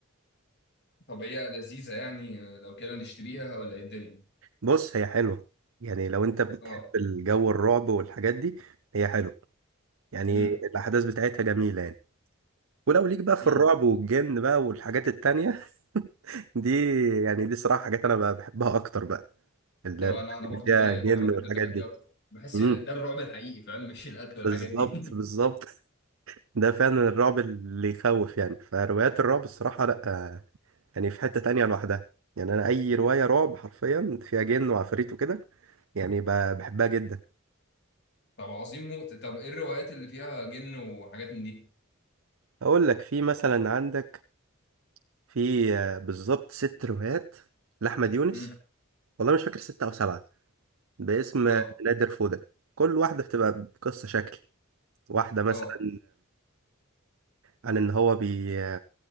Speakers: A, on the left (about 50°); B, on the right (about 70°).
A: طب هي لذيذة يعني لو كده نشتريها ولا ايه الدنيا
B: بص هي حلوة يعني لو أنت بتحب
A: اه
B: الجو الرعب والحاجات دي هي حلوة يعني
A: امم
B: الأحداث بتاعتها جميلة يعني ولو ليك بقى في
A: امم
B: الرعب والجن بقى والحاجات التانية <laughs> دي يعني دي صراحة حاجات أنا بقى بحبها أكتر بقى اللي
A: طب انا انا برضه
B: فيها
A: زيك
B: جن
A: انا بحب
B: والحاجات
A: الحاجات
B: دي
A: دي اكتر بحس
B: امم
A: ده الرعب الحقيقي فاهم مش القتل والحاجات
B: بالظبط
A: دي
B: بالظبط
A: <laughs>
B: ده فعلا الرعب اللي يخوف يعني فروايات الرعب الصراحة لأ آه، يعني في حتة تانية لوحدها يعني أنا أي رواية رعب حرفيا فيها جن وعفاريت وكده يعني ب- بحبها جدا
A: طب عظيم موت طب ايه الروايات اللي فيها جن وحاجات من دي
B: أقول لك في مثلا عندك في آه، بالظبط ست روايات لأحمد يونس
A: امم
B: والله مش فاكر ستة أو سبعة باسم
A: اه
B: نادر فودة كل واحدة بتبقى بقصة شكل واحدة مثلا
A: اه
B: عن إن هو بي...